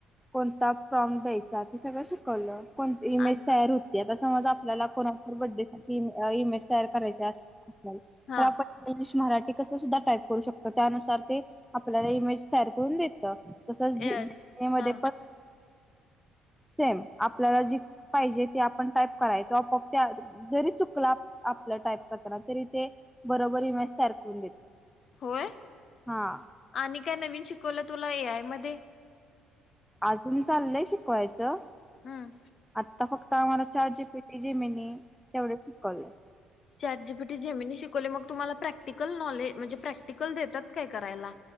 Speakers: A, in the centre; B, on the left.
A: कोणता प्रॉम द्यायचा ते सगळं शिकवलं? ण इमेज
B: आणि
A: तयार होत्या आता, समज आपल्याला कोणचा तरी बर्थडे साठी इमेज. तयरा करायचं असत्यात आपल्याला
B: हा
A: तर आपण इंग्लिश, मराठी ते कस सुद्धा टाईप करू शकतो, त्यानुसार ते आपल्याला इमेज तयार करून देत त तसंच जी
B: ए
A: जी मध्ये
B: हा
A: सेम आपल्याला जी पाहिजे ते आपण टाईप करायचो आप त्या जरी चुकला आपलं टाईप करताना, तरी ते बरोबर इमेज तयार करून देत.
B: होय,
A: हा
B: आणि काय नवीन शिकवलं? तुला ए आय मध्ये
A: अजून चाललंय शिक कवायचं
B: हम्म
A: आता फक्त आम्हाला chat G P T, Gemini तेवढ शिकवले.
B: Chat G P T, Gemini शिकवले मग तुम्हाला, प्रॅक्टिकल नॉले म्हणजे प्रॅक्टिकल देतात, काय करायला